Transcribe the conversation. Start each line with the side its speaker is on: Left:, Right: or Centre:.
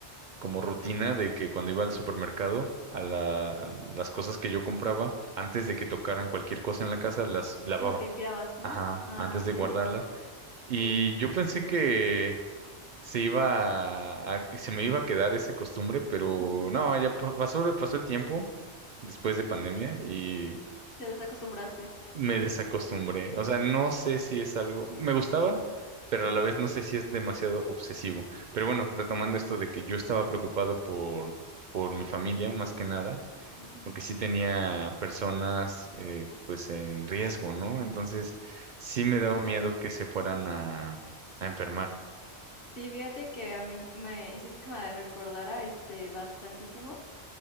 Right: como rutina de que cuando iba al supermercado, a la- a las cosas que yo compraba, antes de que tocaran cualquier cosa en la casa, las lavaba,
Left: Las limpiabas, ¿no?
Right: ah,
Left: Ah,
Right: antes de
Left: ok,
Right: guardarla. Y
Left: sí.
Right: yo pensé que se iba a- a- se me iba a quedar esa costumbre, pero
Left: ujú,
Right: no, ya pa- pasó, pasó el tiempo después de pandemia y
Left: Te desacostumbraste.
Right: me desacostumbré. O sea, no sé si es algo, me gustaba, pero a la vez no sé si es demasiado obsesivo. Pero bueno, retomando esto de que yo estaba preocupado por, por mi familia, más que nada,
Left: Ujú,
Right: porque sí tenía personas eh, pues en riesgo, ¿no? Entonces sí
Left: Sí,
Right: me daba
Left: claro.
Right: miedo que se fueran a, a enfermar.
Left: Sí, fíjate que a mí me hiciste que me recordara este bastantísimo,